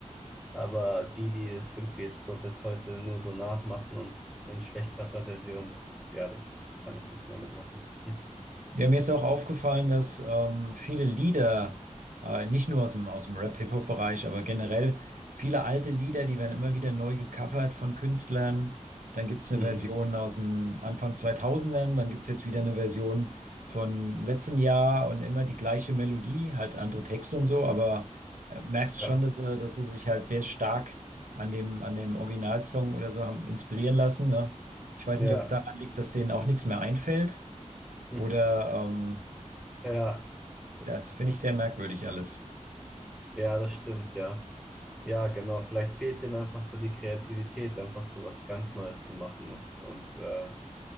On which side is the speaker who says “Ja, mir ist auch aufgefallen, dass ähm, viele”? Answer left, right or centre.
Right